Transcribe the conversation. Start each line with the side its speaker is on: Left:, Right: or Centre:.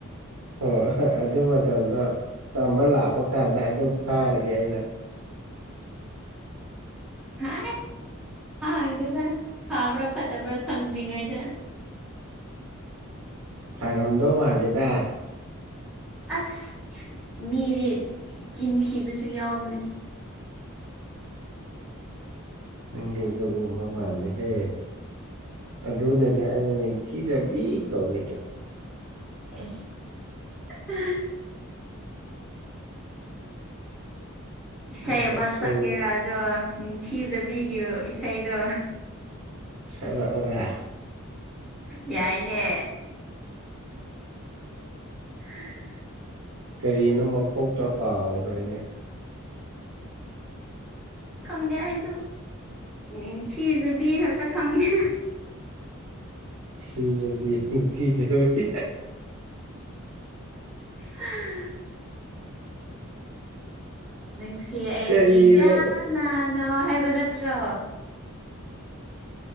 Right: ꯍꯣꯏꯣ ꯍꯣꯏ ꯑꯗꯨ ꯃꯇꯝꯗꯣ ꯇꯝꯕ ꯂꯥꯛꯄ ꯀꯥꯟꯗ ꯑꯗꯨꯝ ꯐꯥꯔꯒꯦ ꯑꯩꯅ
Centre: ꯍꯥꯏ ꯐꯥꯒꯤꯅꯨꯗ ꯐꯥꯕ꯭ꯔꯥ ꯐꯠꯇꯕ꯭ꯔꯥ ꯈꯪꯗ꯭ꯔꯤꯉꯩꯗ
Right: ꯐꯔꯝꯗꯧ ꯃꯥꯜꯂꯦꯗ
Centre: ꯑꯁ ꯃꯤꯗꯤ ꯆꯤꯟ ꯊꯤꯕꯁꯨ ꯌꯥꯎꯕꯅꯦ
Right: ꯅꯪꯗꯤ ꯑꯗꯨꯒꯨꯝꯕ ꯃꯥꯂꯦꯍꯦ ꯑꯗꯨꯅꯗꯤ ꯑꯩꯟꯅꯦ ꯅꯤꯡꯊꯤꯖꯕꯤ ꯀꯧꯔꯤꯗꯣ
Centre: ꯌꯦꯁ <unintelligible> ꯏꯁꯩ
Right: ꯅꯁꯛꯁꯨ
Centre: ꯑꯃ ꯁꯛꯀꯦꯔꯥ ꯑꯗꯣ ꯅꯤꯡꯊꯤꯖꯕꯤꯒꯤ ꯏꯁꯩꯗꯣ
Right: ꯁꯛꯂꯛꯎꯔ
Centre: ꯌꯥꯏꯅꯦ <unintelligible>
Right: ꯀꯔꯤꯅꯣ ꯃꯀꯣꯛꯇ ꯀꯥꯎꯈ꯭ꯔꯦꯅꯦ
Centre: ꯈꯪꯗꯦ ꯑꯩꯁꯨ ꯅꯤꯡ ꯊꯤꯖꯕꯤ ꯈꯛꯇ ꯈꯪꯉꯤ
Right: ꯅꯤꯡꯊꯤꯖꯕꯤ ꯅꯤꯡꯊꯤꯖꯕꯤ
Centre: ꯑ ꯅꯪꯁꯦ ꯑꯩꯒꯤ
Right: ꯀꯔꯤꯅꯣ
Centre: ꯀꯅꯥꯅꯣ ꯍꯥꯏꯕ ꯅꯠꯇ꯭ꯔꯣ